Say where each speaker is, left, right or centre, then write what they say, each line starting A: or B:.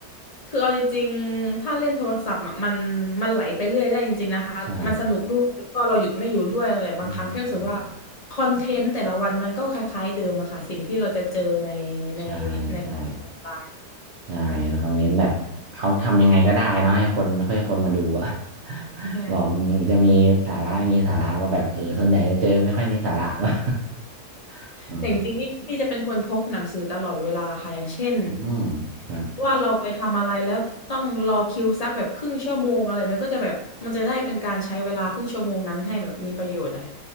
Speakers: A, on the left (about 50°); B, on the right (about 60°).
A: คือเอาจริงๆถ้าเล่นโทรศัพท์อะมันมันไหลไปเรื่อยได้จริงๆนะคะ
B: ใช่
A: มันสนุกด้วยแล้วก็เราหยุดไม่อยู่ด้วยเลยบางครั้งแค่รู้สึกว่า
B: อืมอืม
A: คอนเทนต์แต่ละวันมันก็คล้ายๆเดิมอะค่ะสิ่งที่เราจะเจอในใน
B: ใช่ใช่
A: ในแพลตฟอร์มออนไลน์
B: ใช่แล้วเขาเน้นแบบเขาทำยังไงก็ได้เนาะให้คนให้คนมาดูอะ <laughs>
A: ใช่
B: บอกมันจะมีสาระไม่มีสาระก็แบบเออส่วนใหญ่จะเจอไม่ค่อยมีสาระหรอก <laughs> อืม
A: แต่จริงๆนี่นี่จะเป็นคนพกหนังสือตลอดเวลาค่ะอย่างเช่น
B: อืมครับ
A: ว่าเราไปทำอะไรแล้วต้องรอคิวสักแบบครึ่งชั่วโมงอะไรแบบนั้นก็จะแบบมันจะได้เป็นการใช้เวลาครึ่งชั่วโมงนั้นให้แบบมีประโยชน์หน่อย